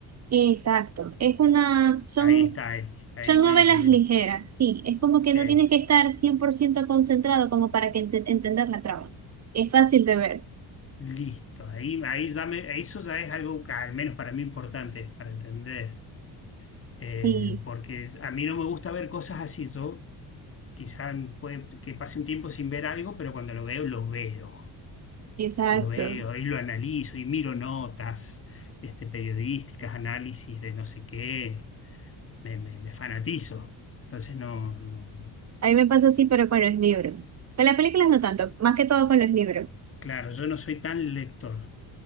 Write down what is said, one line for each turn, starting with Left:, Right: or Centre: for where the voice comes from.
Right: Exacto, es una, son,
Left: Ahí está, ahí, ahí
Right: son
Left: voy
Right: novelas
Left: entendiendo.
Right: ligeras, sí, es como que
Left: Es
Right: no tienes que estar 100% concentrado como para que ente- entender la trama. Es fácil de ver.
Left: listo. Ahí, ahí ya me- eso ya es algo que, al menos para mí importante para entender. Eh,
Right: Sí,
Left: porque a mí no me gusta ver cosas así. Yo quizás puede que pase un tiempo sin ver algo, pero cuando lo veo, lo veo.
Right: exacto.
Left: Lo veo y lo analizo y miro notas, este, periodísticas, análisis de no sé qué. Me, me, me fanatizo. Entonces no, no.
Right: A mí me pasa así, pero con los libros. Con las películas no tanto, más que todo con los libros.
Left: Claro, yo no soy tan lector,